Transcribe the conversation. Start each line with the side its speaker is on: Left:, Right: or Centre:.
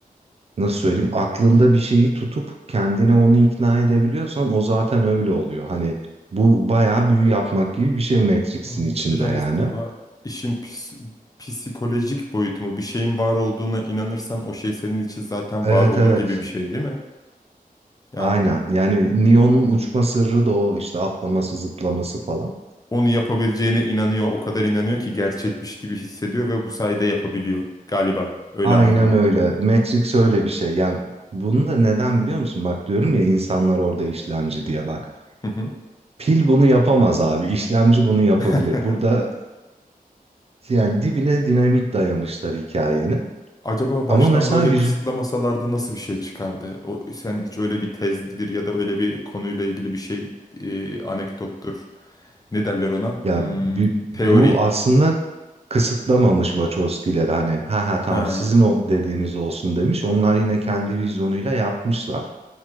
Right: Nasıl söyleyeyim? Aklında bir şeyi tutup kendine onu ikna edebiliyorsan o zaten öyle oluyor. Hani bu bayağı büyü yapmak gibi bir şey Matrix'in
Left: Ha,
Right: içinde
Left: Biraz
Right: yani.
Left: daha işin pis- psikolojik boyutu mu? Bir şeyin var olduğuna inanırsan o şey senin için zaten
Right: Evet
Left: var olur
Right: evet.
Left: gibi bir şey değil mi? Yani
Right: Aynen. Yani Neo'nun uçma sırrı da o işte atlaması, zıplaması falan.
Left: onu yapabileceğine inanıyor. O kadar inanıyor ki gerçekmiş gibi hissediyor ve bu sayede yapabiliyor galiba. Öyle
Right: Aynen
Left: anladım ben.
Right: öyle. Matrix öyle bir şey. Yani bunu da neden biliyor musun? Bak diyorum ya insanlar orada işlemci diye bak.
Left: Hı hı.
Right: Pil bunu yapamaz abi. İşlemci bunu yapabilir.
Left: <laughs>
Right: Burada yani dibine dinamit dayamışlar hikayenin.
Left: Acaba baştan
Right: Ama mesela
Left: böyle
Right: yüzük
Left: kısıtlamasalardı nasıl bir şey çıkardı? O, sen hiç öyle bir tezgidir ya da öyle bir konuyla ilgili bir şey e, anekdottur. Ne derler ona?
Right: ya
Left: Hmm,
Right: bu bu
Left: teori.
Right: aslında kısıtlamamış Wachowski'leri hani ha ha tamam
Left: Ha.
Right: sizin o dediğiniz olsun demiş. Onlar yine kendi vizyonuyla yapmışlar.